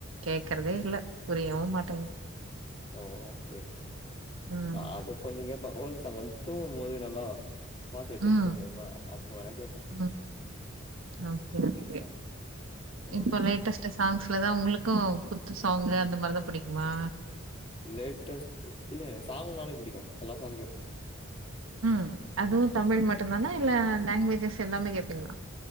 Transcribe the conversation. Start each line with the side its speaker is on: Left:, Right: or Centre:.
Right: கேக்குறதே இல்ல புரியவு மாட்டேங்குது
Left: ஓ ஓகே
Right: ம்
Left: நா அது கொஞ்சோ கேப்பே ஓல்டு சாங்கு வந்து தூங்கும் போது நல்லா பாட்டு வச்சு
Right: ம்
Left: தூங்குவனா அப்போ வேணா கேப்போ
Right: ம் ஓகே ஓகே
Left: சாங் ம்
Right: இப்ப லே டஸ்ட் சாங்ஸ்லதா உங்களுக்கு குத்து சாங்கு அந்த மாரிதா புடிக்குமா
Left: லேட்டஸ்ட் இல்ல எனக்கு சாங் நாலே புடிக்கு எல்லா சாங்கு கேப்பே
Right: ம் அதுவு தமிழ் மட்டுதானா இல்ல லாங்குவேஜஸ் எல்லாமே கேப்பீங்களா